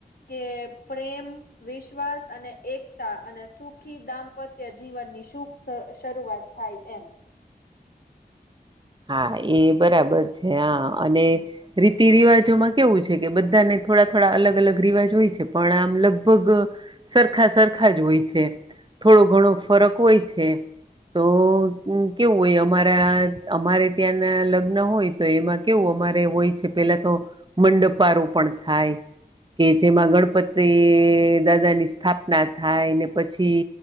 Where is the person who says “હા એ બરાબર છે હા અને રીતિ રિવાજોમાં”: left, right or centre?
Right